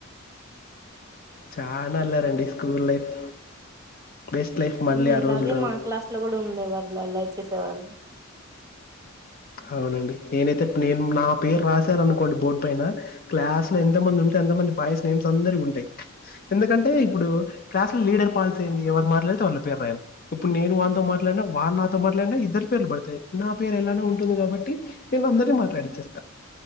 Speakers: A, on the left; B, on the right.
A: చానా అల్లారండి స్కూల్ లైఫ్ బెస్ట్ లైఫ్ మళ్ళీ
B: ఉమ్ మీ
A: ఆ
B: ఇలాగే
A: రోజులు రావు.
B: మా క్లాస్ లో కూడా ఉండే వాళ్ళు. అల్లర్ చేేసేవాళ్ళు.
A: అవునండి, నేనైతే నేను నా పేరు రాశారానుకోండి. బోర్డు పైన క్లాస్ లో ఎంతమంది ఉంటే అంతమంది, బాయ్స్ నేమ్స్ అందరి ఉంటాయ్. ఎందుకంటే ఇప్పుడు క్లాస్ లో లీడర్ పాల్స్ ఏంది ఎవరు మాట్లాడితే వాళ్ళ పేరు రాయాలి, ఇప్పుడు నేను వాన్తో మాట్లాడినా, వాడ్ నాతో మాట్లాడినా ఇద్దరు పేర్లు పడతాయి. నా పేరు ఎలానో ఉం టుంది కాబట్టి నేన్ అందర్ని మాట్లాడిచ్చేస్తా.